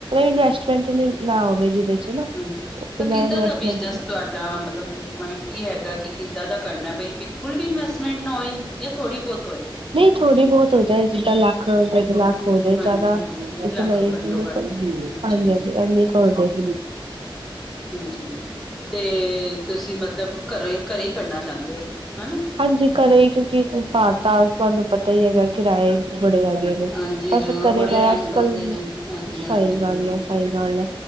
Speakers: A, on the right; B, in the centre.
A: ਇਨਵੈਸਟਮੈਂਟ ਨਈ ਨਾ ਹੋਵੇ ਜਿਦੇ 'ਚ ਨਾ
B: ਹਾਂਜੀ ਤਾਂ
A: ਬਿਨਾਂ
B: ਕਿੱਦਾਂ
A: ਇਨਵੈਸਟਮੈਂਟ
B: ਦਾ ਬਿਜਨਸ ਤੁਹਾਡਾ ਮਤਲਬ ਨੀਕ ਮਾਈੰਡ ਕੀ ਹੈਗਾ ਕਿ ਕਿੱਦਾਂ ਦਾ ਕਰਨਾ ਬਈ ਬਿਲਕੁ ਫੁਲ ਵੀ ਇਨਵੇੈਸਟਮੈਂਟ ਨਾ ਹੋਏ ਜਾਂ ਥੋੜੀ ਬੋਤ ਹੋਏ।
A: ਥੋੜ੍ਹੀ ਬੋਤ ਹੋ ਜਾਏ ਜਿੱਦਾਂ ਲੱਖ ਡੇ ਲੱ ਹੋ ਜੇ
B: ਹਾਂਜੀ
A: ਜਿਆਦਾ
B: ਹਾਂਜੀ
A: ਇਤਨਾ
B: ਲੱਖ
A: ਈ
B: ਘੱਟੋ ਘੱਟ
A: ਹਾਂਜੀ-ਹਾਂਜੀ
B: ਹਾਂਜੀ
A: ਇਨੀ ਕੋ ਹੋ ਜੇ।
B: ਹਾਂਜੀ ਤੇ ਤੁਸੀਂ ਮਤਲਬ ਘਰੋ ਘਰੇ ਹੀ ਕਰਨਾ ਚਾਹੁੰਦੇ ਹੋ ਹਨਾ।
A: ਹਾਂਜੀ ਘਰੇ ਕਿਉਂਕਿ ਭਾਰ ਤ ਆ ਤੁਹਾਨੂੰ ਪਤਾ ਹੀ ਹੈਗਾ ਕਿਰਾਏ ਬੜੇ ਹੈਗੇ।
B: ਹਾਂਜੀ
A: ਬਸ ਘਰੇ
B: ਬੜੇ
A: ਮੈਂ
B: ਰੈਂਟ
A: ਅੱਜ
B: ਹੁੰਦੇ
A: ਕੱਲ
B: ਨੇ ਹਾਂਜੀ ਹਾਂਜੀ
A: ਸਈ ਗੱਲ
B: ਹਾਂਜੀ
A: ਐ ਸਈ ਗੱਲ ਐ।